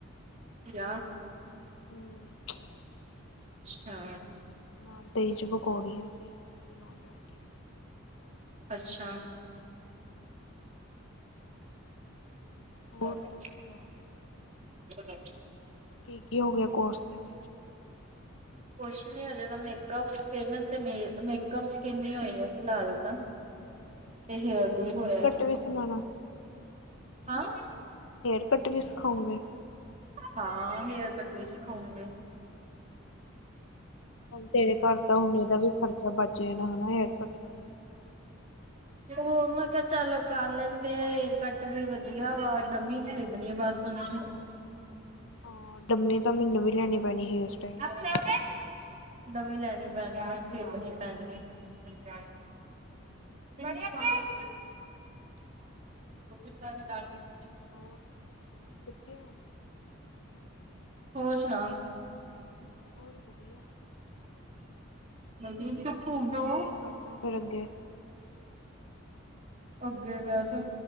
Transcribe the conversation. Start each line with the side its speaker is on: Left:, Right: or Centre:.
Right: ਜਾ
Left: <inaudible>
Right: ਅੱਛਛਾ।
Left: ਨਾਲ ਦਹੀਂ'ਚ ਪਕੌੜੀਆਂ ਸੀ, ਤੇ ਨਾਲ ਰੋਟੀ।
Right: ਅੱਛਾ! ਅੱਛਾ-ਅੱਛਾ।
Left: ਹੋਰ ਤੂੰ ਸੁਣਾ
Right: <inaudible>
Left: ਕੀ ਕੀ ਹੋ ਗਿਆ ਕੋਰਸ ਦੇ ਵਿੱਚ
Right: ਕੁਛ ਨੀ ਹੋ ਜਾਂਦਾ ਮੇਕਪ ਸਕਿਨ ਤੇ ਨਹੀਂ ਮੇਕਅਪ ਸਕਿਨ ਹੀ ਹੋਈ ਹੈ ਫਿਲਹਾਲ ਤਾਂ
Left: ਅੱਛਾ-ਅੱਛਾ,
Right: ਤੇ ਡੂ
Left: ਹੇਅਰ
Right: ਹੋਇਆ
Left: ਕੱਟ ਵੀ ਸਣਾਣਾ
Right: ਹਾਂ
Left: ਹੇਅਰ ਕੱਟ ਵੀ ਸਿਖਾਉਂਗੇ?
Right: ਹਾਂ, ਹੇਅਰ ਕੱਟ ਵੀ ਸਿਖਾਓਂਗੇ।
Left: ਤੇਰੇ ਘਰ ਤਾਂ, ਹੁਣ ਇਹਦਾ ਵੀ ਖਰਚਾ ਬਚ ਜਾਣਾ ਹੇਅਰ ਕੱਟ ਦਾ।
Right: ਹੋਰ, ਮੈਂ ਕਿਹਾ ਚੱਲੋ ਕਰ ਲੈਂਦੇ ਆ, ਹੇਅਰ ਕੱਟ ਵੀ ਵਧੀਆ ਵਾ। ਡਮੀ ਖਰੀਦਣੀ ਆ ਬਸ। ਥੋਨੂੰ
Left: ਹਾਂ ਡੰਮੀ ਤਾਂ ਮੈਨੂੰ ਵੀ ਲੈਣੀ ਪੈਣੀ ਹੇਅਰ ਸਟਾਈਲ ਲਈ
Right: ਆਪਣੇ ਓਗੇ ਡਮੀ ਲੈਣੀ ਪੈਣੀ, ਖਰੀਦਣੀ ਪੈਣੀ ਐ। <unintelligible>
Left: ਹੋਰ, ਕਿੱਥੇਂ ਆ?
Right: ਹੋਰ, ਸੁਣਾ?
Left: ਹੋਰ ਵਧੀਆ
Right: <inaudible>
Left: ਹੋਰ ਕੀ ਕਰਨਾ ਫਿਰ ਅੱਗੇ
Right: ਅੱਗੇ ਵੈਸੇ,